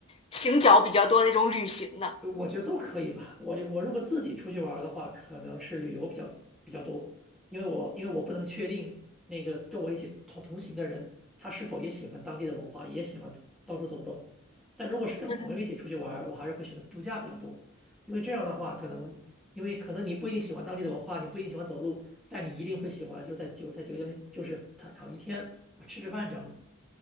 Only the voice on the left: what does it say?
行脚比较多的那种旅行呢？
嗯，